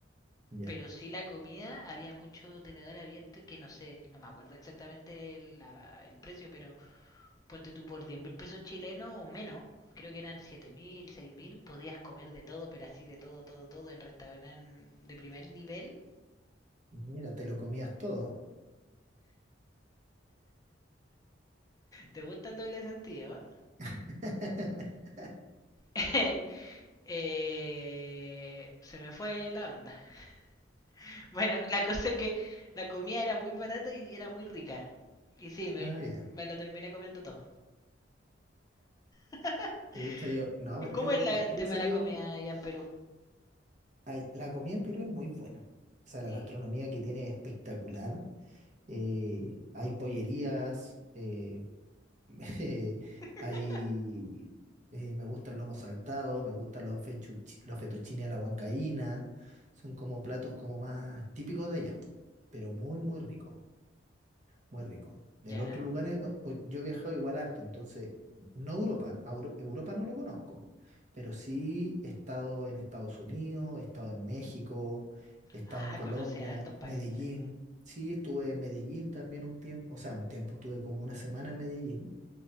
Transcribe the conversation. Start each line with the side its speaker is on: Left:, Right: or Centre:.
Right: Ya.
Left: Pero sí la comida, había mucho tenedor abierto y que no sé, no me acuerdo exactamente el, la- el precio, pero Ponte tú por diez mil pesos chilenos o menos, creo que eran siete mil, seis mil, podías comer de todo, pero así de todo, todo, todo en restaurantes de primer nivel.
Right: Mira, te lo comías todo.
Left: ¿Te gusta el doble sentido?
Right: <laughs>
Left: eh? <laughs> Eh, se me fue la onda. <laughs> Bueno, la cosa es que la comida era muy barata y era muy rica. Y sí, me,
Right: Ah, ya.
Left: me lo terminé comiendo todo. <laughs>
Right: Pucha, yo, no, pues,
Left: ¿Cómo
Right: yo,
Left: es la-
Right: es que
Left: el tema
Right: yo he salido,
Left: de la comida allá en Perú?
Right: ay, la comida en Perú es muy buena. O sea,
Left: ¿Sí?
Right: la gastronomía que tiene es espectacular. Eh, hay pollerías, eh, <laughs> eh,
Left: <laughs>
Right: hay, eh, me gusta el lomo saltado, me gustan los, fechuch- los fettuccine a la huancaína. Son como platos como más típicos de allá, pero muy, muy ricos. Muy rico. El
Left: ¿Ya?
Right: otro lugar es, do- pues yo he viajado igual harto, entonces, no Europa, a Euro- Europa no lo conozco, pero sí he estado en Estados Unidos, he estado en México, he estado
Left: Ah,
Right: en Colombia,
Left: conoce a hartos países.
Right: Medellín, sí estuve en Medellín también un tiempo, o sea, un tiempo estuve como una semana en Medellín,